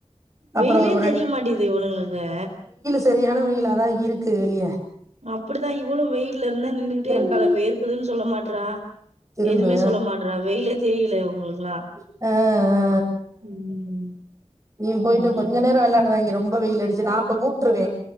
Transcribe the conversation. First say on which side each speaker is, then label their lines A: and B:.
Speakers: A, on the right; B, on the right.
A: வெயிலே
B: அப்புறோ ஒரு
A: தெரிய மாட்து இவனுங்களுக்கு
B: செரியான வெய்லாதா இருக்கு வெளிய
A: அப்டித்தா இவளு வெயில இருந்தா நின்னுகிட்டே
B: திரும்பு
A: இருக்காள வேர்குதுனு சொல்ல மாட்றா
B: திரும்பு
A: எதுவுமே சொல்ல மாட்றா வெயிலே தெரியல இவங்களுக்குல்லா
B: ஆ ஆ
A: ம்
B: நீ போய்ட்டு
A: ம்
B: கொஞ்சோ நேர விளாடுவாய்ங்க ரொம்ப வெயில் அடிச்சு நா அப்ப கூப்ட்ருவே